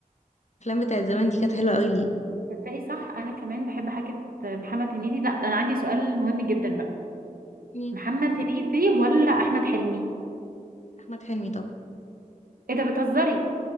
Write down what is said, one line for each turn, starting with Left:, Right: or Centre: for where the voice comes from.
Left: بتاعت زمان دي كانت حلوة قوي ليه
Right: تصدقي صح انا كمان بحب حاجه محمد هنيدي لا انا عندي سؤال مهم جدا بقى
Left: مين؟
Right: محمد هنيدي ولا احمد حلمي
Left: أحمد حلمي طبعا
Right: ايه ده بتهزري